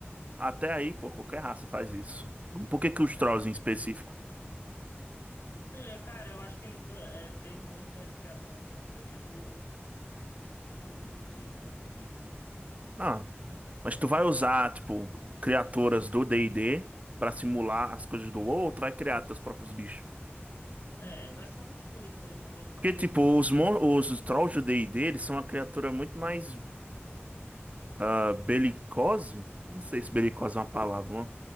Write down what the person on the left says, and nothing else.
É.
É, cara, eu acho que eh, veio muito da inspiração do que eu tive do WoW. Acho que veio bem muito disso.
É, vai ser uma mistura toda, né? Talvez.